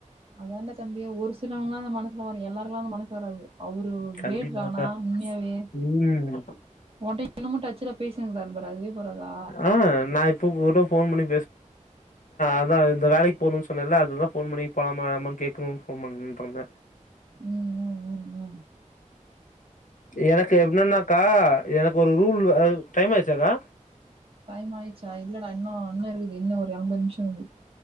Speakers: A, on the right; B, on the left.
A: அதான்டா தம்பி ஒரு சிலவங்லா அந்த மனசு வரு எல்லாருக்லா அந்த மனசு வராது அவரு கிரேட்ரா
B: கண்டிப்பாக்கா
A: ஆனா உண்மயாவே
B: ம்
A: ஒன்ட்ட இன்னுமு டச்ல பேசினுருக்ராரு பாரு அதுவே போராதா
B: ஆ நா இப்போ கூட ஃபோன் பண்ணி அதா இந்த வேலைக்கு போனுன்னு சொன்னேல அதுதா ஃபோன் பண்ணி போலாமா வேணாமானு கேக்ணுனு ஃபோன் பண்ட்டு இருந்தே
A: உம் உம் உம் உம்
B: எனக்கு என்னனாக்கா எனக்கு ஒரு ரூல்லு டைம் ஆயிச்சாக்கா
A: டைம் ஆய்ச்சு ஆய் இல்லடா இன்னு இன்னு இருக்குது இன்னு ஒரு அம்பது நிமிஷ இருக்குது